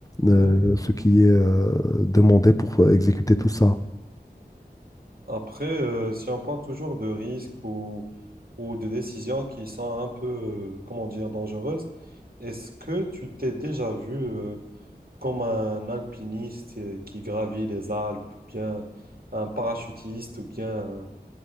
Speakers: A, on the left; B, on the right.
A: euh,
B: mhm.
A: ce qui est euh, demandé pour euh, exécuter tout ça.
B: Après, euh, si on parle toujours de risques ou, ou de décisions qui sont un peu, euh, comment dire, dangereuses, est-ce que tu t'es déjà vu, euh, comme un alpiniste euh, qui gravit les Alpes, ou bien un parachutiste, ou bien euh,